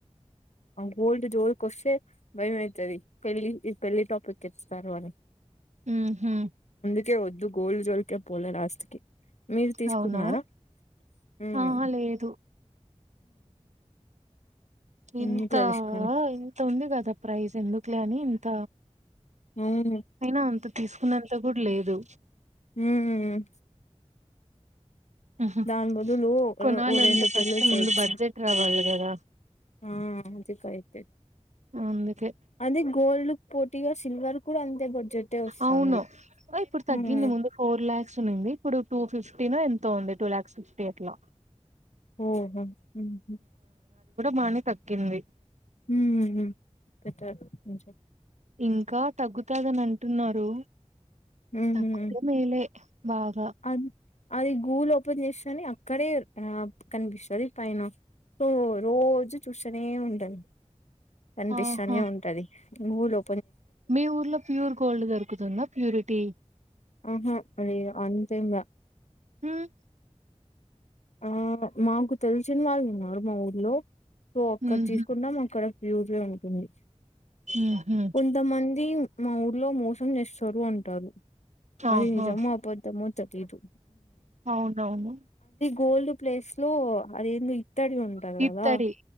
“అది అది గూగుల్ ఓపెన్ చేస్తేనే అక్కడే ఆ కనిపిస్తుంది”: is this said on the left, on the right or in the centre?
Left